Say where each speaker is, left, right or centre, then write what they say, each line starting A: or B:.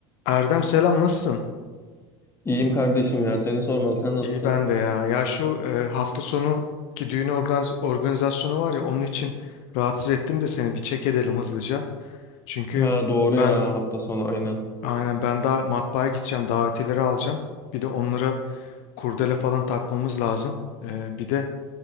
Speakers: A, on the left (about 55°); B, on the left (about 20°).
A: Erdem selam nasılsın?
B: İyiyim kardeşim ya seni sormalı sen nasılsın?
A: İyi ben de ya. Ya şu e, hafta sonu ki düğün organiz- organizasyonu var ya onun için rahatsız ettim de seni bir çek edelim hızlıca. Çünkü
B: Ha doğru ya
A: ben
B: hafta sonu aynen.
A: aynen ben daha matbaaya gideceğim davetileri alacağım. Bir de onlara kurdele falan takmamız lazım. E, bir de